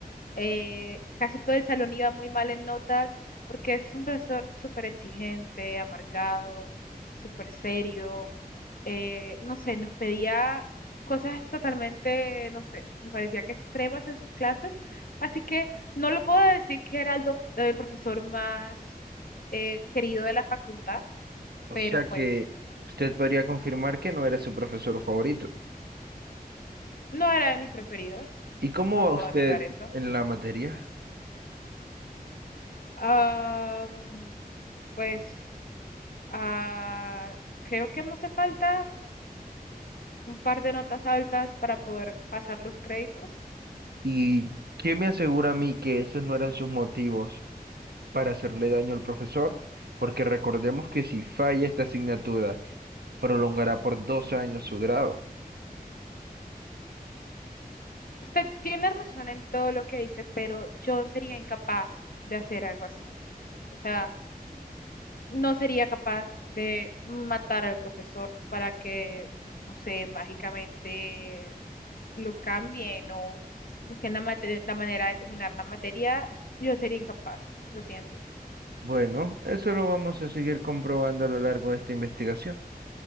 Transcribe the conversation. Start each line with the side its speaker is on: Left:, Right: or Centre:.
Left: eh, casi todo el salón iba muy mal en notas porque es un profesor súper exigente, amargado, súper serio. eh, no sé, nos pedía cosas totalmente, no sé, me parecía que extremas en sus clases. Así que no lo puedo decir que era el, doc- el profesor más eh, querido de la facultad,
Right: o
Left: pero
Right: sea
Left: pues
Right: que usted podría confirmar que no era su profesor favorito.
Left: no era de mis preferidos.
Right: ¿Y cómo
Left: No
Right: va
Left: puedo
Right: usted
Left: negar eso.
Right: en la materia?
Left: Ah, Pues ah, creo que me hace falta un par de notas altas para poder pasar los créditos.
Right: ¿Y qué me asegura a mí que esos no eran sus motivos para hacerle daño al profesor? Porque recordemos que si falla esta asignatura, prolongará por dos años su grado.
Left: Usted tiene razón en todo lo que dice, pero yo sería incapaz de hacer algo así. O sea, no sería capaz de matar al profesor para que, no sé, mágicamente lo cambien o busquen la, mate- la manera de terminar la materia. Yo sería incapaz, lo siento.
Right: Bueno, eso lo vamos a seguir comprobando a lo largo de esta investigación.